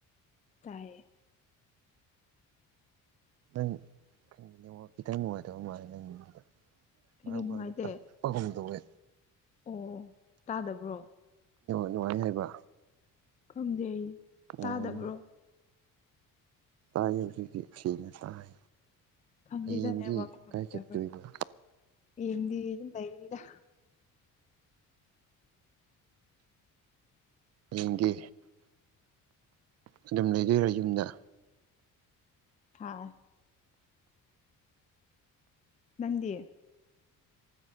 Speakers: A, on the left; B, on the right.
A: ꯇꯥꯏ
B: ꯅꯪ ꯈꯪꯅꯤꯡꯅꯦ ꯈꯤꯇꯪ ꯅꯨꯡꯉꯥꯏꯇꯕ ꯃꯥꯜꯂꯦ ꯅꯪꯒꯤ ꯃꯤꯗ
A: ꯑꯩꯒꯤ
B: ꯃꯔꯛ
A: ꯅꯨꯡꯉꯥꯏꯇꯦ
B: ꯃꯔꯛꯇ ꯂꯄꯒꯨꯝꯗꯋꯦ
A: ꯑꯣ ꯇꯥꯗꯕ꯭ꯔꯣ
B: ꯅꯨꯡꯉꯥꯏ ꯍꯥꯏꯕ
A: ꯈꯪꯗꯦ ꯑꯩ
B: ꯑꯣ
A: ꯇꯥꯗꯕ꯭ꯔꯣ
B: ꯇꯥꯏ ꯍꯧꯖꯤꯛꯇꯤ ꯐꯅ ꯇꯥꯏ
A: ꯈꯝꯗꯦꯗꯅꯦ
B: ꯍꯌꯦꯡꯗꯤ
A: ꯋꯥꯥꯛ ꯅꯨꯡꯉꯥꯏꯇꯕ꯭ꯔꯥ
B: ꯀꯥꯏ ꯆꯠꯇꯣꯏꯕ
A: ꯌꯦꯡꯗꯤ ꯑꯗꯨꯝ ꯂꯩꯔꯤꯗ
B: ꯍꯌꯦꯡꯗꯤ ꯑꯗꯨꯝ ꯂꯩꯗꯣꯏꯔꯥ ꯌꯨꯝꯗ
A: ꯍꯥꯥ ꯅꯪꯗꯤ